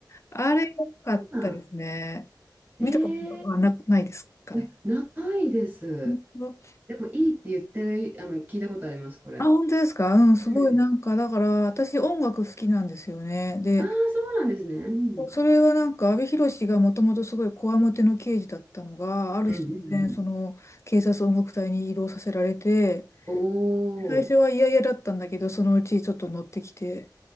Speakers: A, on the left (about 40°); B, on the right (about 20°).
A: あれ良かったですね。
B: ああ、ええ
A: 見たことはな、ないですかね。
B: いや、ないです。
A: 本当
B: でも、いいって言ってる、あの、聞いたことあります、これ。
A: あ、本当ですかうん、
B: うん。
A: すごいなんか、だから私音楽好きなんですよね。で、
B: ああ、そうなんですね。うん。
A: それはなんか、阿部寛がもともとすごいこわもての刑事だったのが、ある日突然、
B: うんうんうん。
A: その警察音楽隊に移動させられて、
B: おお、
A: 最初は嫌々だったんだけど、そのうちちょっと乗ってきて、